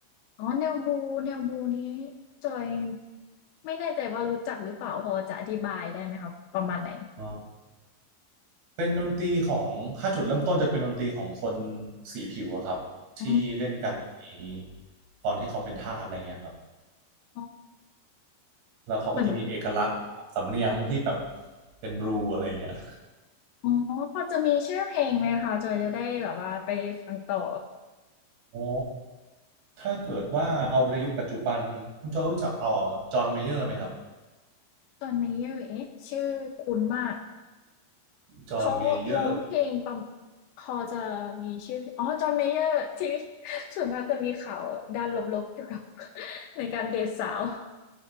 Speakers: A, on the left (about 75°); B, on the right (about 65°).
A: อ๋อแนวบูแนวบูนี้จอยไม่แน่ใจว่ารู้จักหรือเปล่าพอจะอธิบายได้ไหมคะประมาณไหน
B: อ่าเป็นดนตรีของถ้าจุดเริ่มต้นจะเป็นดนตรีของคนสีผิวอะครับที่เล่นกันใน
A: อืม
B: ตอนที่เขาเป็นทาสอะไรเงี้ยครับ
A: อ๋อ
B: แล้วเขาก็จะมีเอกลักษณ์ของสำเนียงที่แบบ
A: เหมือน
B: เป็นบลูอะไรเงี้ย
A: อ๋อพอจะมีชื่อเพลงไหมคะจอยจะได้แบบว่าไปฟังต่อ
B: อ๋อถ้าเกิดว่าเอาในยุคปัจจุบันคุณจอยรู้จักอ๋อจอห์นเมเยอร์ไหมครับ
A: จอห์นเมเยอร์เอ๊ะชื่อคุ้นมาก
B: จอห์นเมเยอร์
A: เขาร้องเพลงประมพอจะมีชื่อเพลงอ๋อ John Mayer ที่ <laughs> ส่วนมากจะมีข่าวด้านลบๆเกี่ยวกับ <laughs> ในการเดทสาว